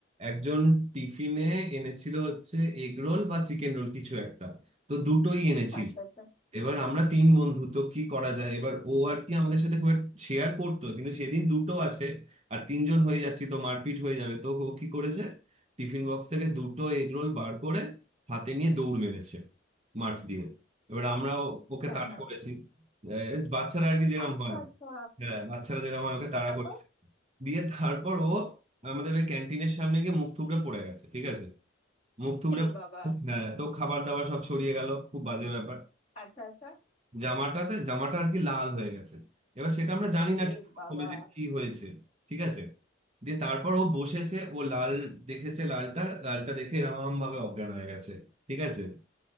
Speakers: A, on the right (about 35°); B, on the left (about 30°).
A: একজন টিফিনে এনেছিল হচ্ছে এগ রোল বা চিকেন রোল কিছু একটা তো দুটোই এনেছিল
B: আচ্ছা আচ্ছা
A: এবার আমরা তিন বন্ধু তো কি করা যায় এবার ও আর কি আমাদের সাথে খুব শেয়ার করতো কিন্তু সেদিন দুটো আছে আর তিনজন হয়ে যাচ্ছি তো মারপিট হয়ে যাবে তো ও কি করেছে টিফিন বক্স থেকে দুটো এগরোল বার করে হাতে নিয়ে দৌড় মেরেছে মাঠ দিয়ে এবার আমরা ও- ওকে
B: হ্যাঁ
A: তাড়া
B: হ্যাঁ
A: করেছি এ, বাচ্চারা আর কি যেরকম
B: আচ্ছা
A: হয়
B: আচ্ছা
A: হ্যাঁ বাচ্চারা যেরকম হয় ওকে তাড়া
B: তারপর
A: করেছে দিয়ে তারপর ও আমাদের ওই ক্যান্টিনের সামনে গিয়ে মুখ থুবড়ে পড়ে গেছে ঠিক আছে মুখ থুবড়ে
B: এ
A: পড়ে
B: বাবা
A: গেছে। হ্যাঁ তো খাবার দাবার সব ছড়িয়ে গেল খুব বাজে ব্যাপার
B: আচ্ছা আচ্ছা
A: জামাটাতে জামাটা আর কি লাল হয়ে গেছে এবার সেটা আমরা জানি না
B: এ
A: ঠিক প্রথমে
B: বাবা
A: যে কি হয়েছে ঠিক আছে দিয়ে তারপর ও বসেছে ও লাল দেখেছে লালটা লালটা দেখে এরকম ভাবে অজ্ঞান হয়ে গেছে ঠিক আছে